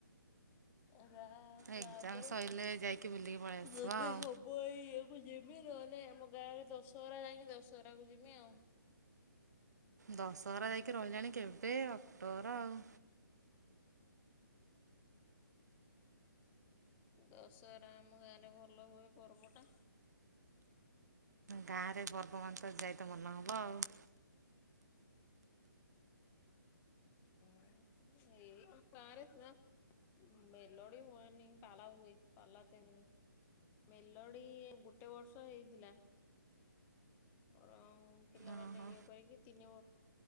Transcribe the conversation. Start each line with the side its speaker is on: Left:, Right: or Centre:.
Left: ରା ବାବରେ
Right: ଏକ୍ଜାମ ସରିଲେ ଯାଇକି ବୁଲିକି ପଳେଇ ଆସିବା
Left: ରବି
Right: ଆଉ
Left: ହବ। ଇ କୁ ଯିମି ନହଲେ ଆମ ଗାଁ ରେ ଦଶହରା ଯାଇକି ଦଶହରା କୁ ଯିମି ଆଉ
Right: ଦଶହରା ଯାଇକି ରହିଲାଣି କେବେ ଅକ୍ଟୋବର ଆଉ
Left: ଦଶହରା ଆମ ଗାଁରେ ଭଲ ହୁଏ ପର୍ବଟା
Right: ଗାଁରେ ପର୍ବ ମାନେତ ଯାଇତ ମନ ହବ ଆଉ
Left: ଏଇ ଆମ ଗାରେ <unintelligible> ମେଲୋଡି ହୁଏନୀ ପାଲା ହୁଏ ପାଲା ତିନି ଦିନ। ମେଲୋଡି ଗୋଟେ ବର୍ଷ ହେଇଥିଲା ଓର ପିଲାମାନେ
Right: ଓହୋ
Left: ଇଏ କରିକି ତିନି